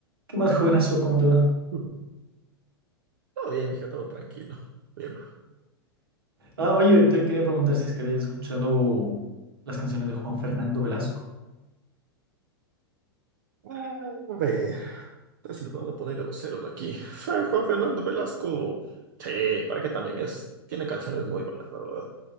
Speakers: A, on the right (about 65°); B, on the right (about 50°).
A: ¿Qué más, jovenazo? ¿Cómo te va?
B: Todo bien, mija, todo tranquilo. Bien, ma.
A: Ah, oye, te quería preguntar si es que habías escuchado las canciones de Juan Fernando Velasco.
B: A ver, si nos vamos a poner groseros aquí. O sea, Juan Fernando Velasco, sí, para qué también es, tiene canciones muy buenas, la verdad.